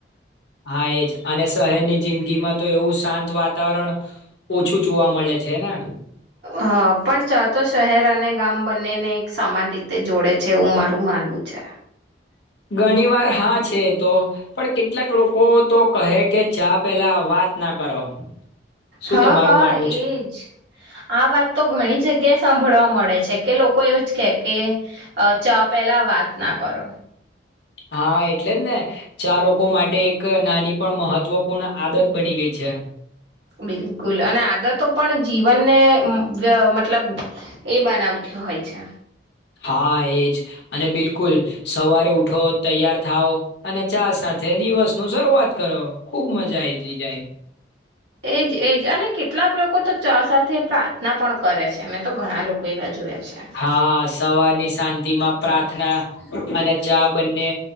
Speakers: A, on the left; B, on the right.
A: હા એજ અને શહેરની જિંદગીમાં તો એવું શાંત વાતાવરણ ઓછું જોવા મળે છે ને
B: હા પણ ચાતો શહેર અને ગામ બંનેને એક સમાન રીતે જોડે છે એવું મારું માનવું છે.
A: ઘણી વાર હા છે તો પણ કેટલાક લોકો તો કહે કે ચા પેલા વાત ના કરો શું
B: હા
A: તમારું
B: હા
A: માનવું છે
B: એજ આ વાત તો ઘણી જગ્યા સાંભળવા મળે છે કે લોકો એવું જ કે કે અ ચા પેલા વાત ના કરો
A: હા એટલે જ ને ચા લોકો માટે એક નાની પણ મહત્વપૂર્ણ આદત બની ગઈ છે.
B: બિલકુલ અને આદતો પણ જીવનને જ મતલબ એ બનાવતી હોય છે.
A: હા એજ અને બિલકુલ સવારે ઉઠો તૈયાર થાવ અને ચા સાથે દિવસનું શરૂઆત કરો ખુબ મજા આવી જી જાય.
B: એજ એજ અને કેટલાક લોકો તો ચા સાથે પ્રાર્થના પણ કરે છે મેં તો ઘણા લોકો એવા જોયા છે
A: હા સવારની શાંતિમાં પ્રાર્થના અને ચા બંને